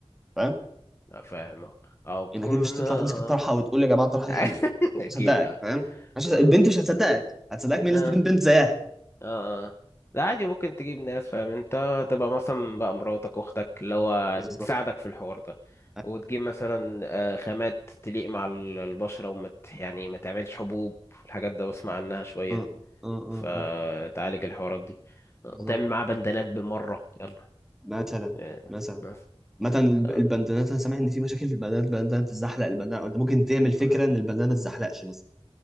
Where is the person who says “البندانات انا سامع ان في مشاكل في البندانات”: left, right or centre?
Centre